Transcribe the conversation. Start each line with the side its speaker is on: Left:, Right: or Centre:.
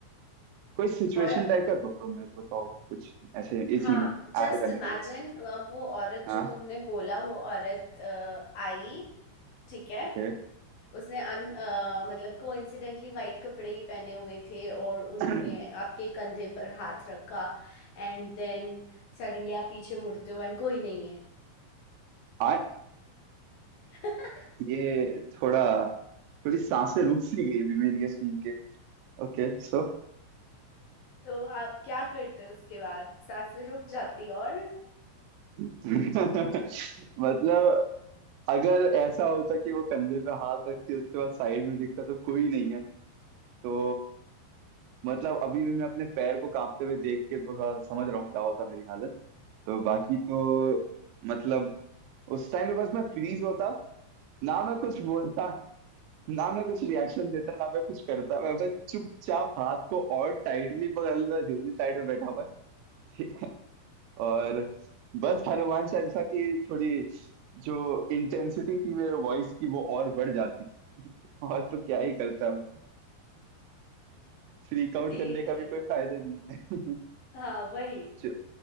Right: कोई सिचुएशन
Left: और
Right: टाइप का दो तो मेरे को बताओ कुछ ऐसे इसी
Left: हाँ
Right: में
Left: जस्ट
Right: ऐड करने
Left: इमेजिन
Right: के लिए
Left: अब वो औरत
Right: हाँ
Left: जो तुमने बोला वो औरत अ, आई ठीक है
Right: ओके
Left: उसने अन अ, मतलब कोइंसिडेंटली वाइट कपड़े ही पहने हुए थे और उन्होंने
Right: <clears throat>
Left: आपके कंधे पर हाथ रखा एंड देन सडनली आप पीछे मुड़ते हो एंड कोई नहीं है
Right: आ
Left: <laughs>
Right: ये थोड़ा थोड़ी सांसें रुक सी गई अभी मेरी ये सुन के ओके सो
Left: तो आप क्या करते हो उसके बाद सांसें रुक जाती और
Right: <laughs> मतलब अगर ऐसा होता कि वो कंधे पे हाथ रखती उसके बाद साइड में दिखता तो कोई नहीं है तो मतलब अभी भी मैं अपने पैर को कांपते हुए देख के थोड़ा समझ रहा हूँ क्या होता मेरी हालत तो बाकी तो मतलब उस टाइम पे बस मैं फ्रीज होता ना मैं कुछ बोलता ना मैं कुछ रिएक्शन देता ना मैं कुछ करता मैं बस चुपचाप हाथ को और टाइटली पकड़ लेता जो भी साइड में बैठा हुआ है <laughs> ठीक है और बस हनुमान चालीसा की थोड़ी जो इंटेंसिटी थी मेरे वॉइस की वो और बढ़ जाती और तो क्या ही करता मैं फ्रीक आउट
Left: ठीक
Right: करने का भी
Left: है
Right: कोई फायदा नहीं है
Left: हाँ वही
Right: <laughs>